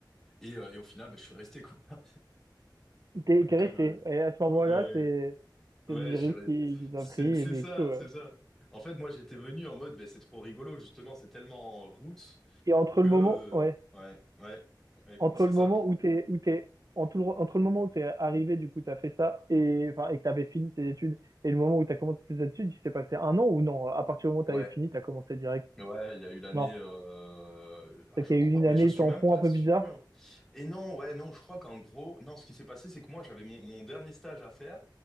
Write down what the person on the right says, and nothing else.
T'es
t'es resté.
Et à ce moment-là,
c'est
c'est le virus
qui, qui t'a
pris
et du
coup. euh,
Et entre
le
moment, ouais,
entre
le
moment où t'es où t'es entre le, entre le moment où t'es arrivé, du coup, t'as fait ça et enfin et que t'avais fini tes études et le moment où t'as commencé tes études, il s'est passé un an ou non? À partir du moment où t'avais
fini, t'as commencé direct.
Non,
donc
il
y a eu une
année
tampon
un
peu bizarre.